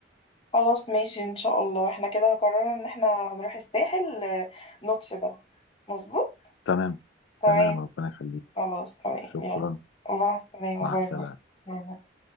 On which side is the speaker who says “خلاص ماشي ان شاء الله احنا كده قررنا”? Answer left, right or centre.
Left